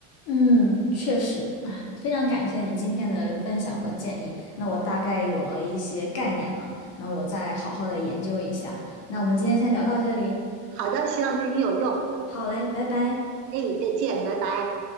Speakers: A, on the left; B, on the right.
A: 嗯，确实，哎，非常感谢你今天的分享和建议。那我大概有了一些概念了，那我再好好的研究一下。那我们今天先聊到这里，
B: 好的，希望对你有用。
A: 好嘞，拜拜。
B: 哎，再见，拜拜。